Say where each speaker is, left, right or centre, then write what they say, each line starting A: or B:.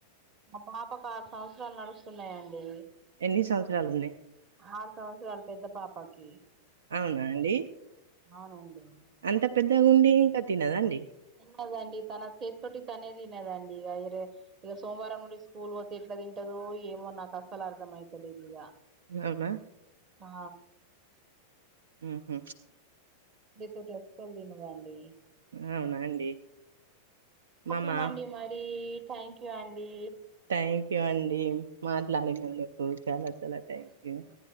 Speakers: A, on the right; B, on the right.
A: మా పాపకు ఆరు సంవత్సరాలు నడుస్తున్నాయండి
B: ఎన్ని సంవత్సరాలు ఉన్నాయి
A: ఆరు సంవత్సరాలు పెద్ద పాపకి
B: అవునా అండి
A: అవునా అండి
B: అంత పెద్దగుండి ఇంకా తినదా అండి
A: తన్నదండి తన చేత్తోటి తనే తినదండి ఇగ ఈర్ ఇగ సోమవారం నుండి స్కూల్ పోతే ఎట్లా తింటదొ ఏమో నాకు అసలు అర్థం అయితలేదు ఇగ
B: అవునా
A: ఆ
B: ఉహుమ్
A: <unintelligible> అస్సల్ తినదండి
B: అవునా అండి
A: ఓకేనండి
B: మామ
A: మరి థ్యాంక్యూ అండి.
B: థ్యాంక్యూ అండి మాట్లాడినందుకు చాలా చాలా థ్యాంక్
A: థ్యాంక్యూ
B: యూ